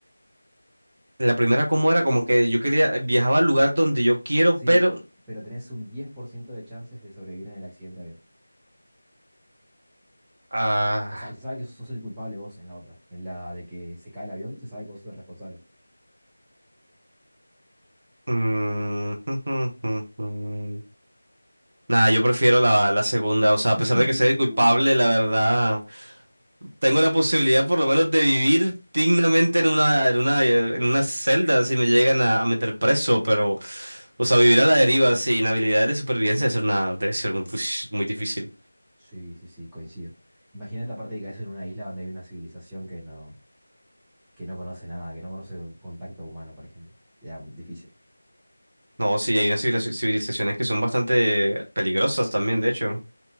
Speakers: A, on the right (about 45°); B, in the centre.
A: La primera como era como que yo quería viajaba al lugar donde yo quiero,
B: Sí,
A: pero
B: pero tenés un 10% de chances de sobrevivir en el accidente de avión.
A: ah,
B: Y, o sea, y se sabe que sos el culpable vos en la otra, en la de que se cae el avión, se sabe que vos sos el responsable.
A: mm, <laughs> Nada, yo prefiero la, la segunda, o sea,
B: <laughs>
A: a pesar de que sea el culpable, la verdad tengo la posibilidad por lo menos de vivir dignamente en una, en una, eh, en una celda si me llegan a, a meter preso, pero, o sea, vivir a la deriva sin habilidades de supervivencia es una, debe ser muy, pues, muy difícil.
B: Sí, sí, sí, coincido. Imagínate aparte de que caes en una isla donde hay una civilización que no, que no conoce nada, que no conoce contacto humano, por ejemplo. Ya, difícil.
A: No, sí, hay unas civiliz- civilizaciones que son bastante peligrosas también, de hecho.